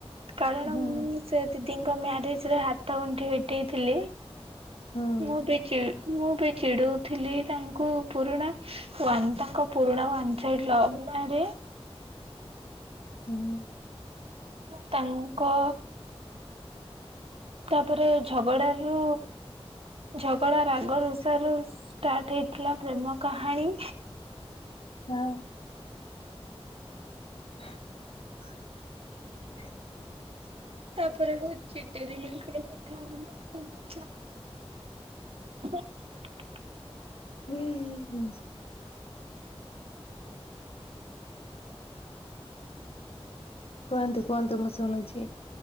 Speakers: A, on the right; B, on the left.
A: କାରଣ
B: ହୁଁ
A: ମୁଁ ସେ ଦିଦିଙ୍କ ମ୍ୟାରେଜ ରେ ହାତ ଗଣ୍ଠି ଫିଟେଇଥିଲି।
B: ହୁଁ
A: ମୁଁ ବି ଚିଡ ମୁଁ ବି ଚିଡଉଥିଲି ତାଙ୍କୁ ପୁରୁଣା ୱାଙ୍ଗ ତାଙ୍କ ପୁରୁଣା ୱାନ ସାଇଡ୍ ଲଭ୍ ନାରେ।
B: ହୁଁ।
A: ତାଙ୍କ ତାପରେ ଝଗଡା ରୁ ଝଗଡା ରାଗ ରଷାରୁ ଷ୍ଟାର୍ଟ ହେଇଥିଲା ପ୍ରେମ କାହାଣୀ।
B: ହଁ <unintelligible>
A: ତାପରେ ହଉଛି। ଏରିମିଲିକି ମିଠା ହଉନି ସବୁ <unintelligible>
B: ହୁଁ ହୁଁ। କୁହନ୍ତୁ କୁହନ୍ତୁ ମୁଁ ଶୁଣୁଛି।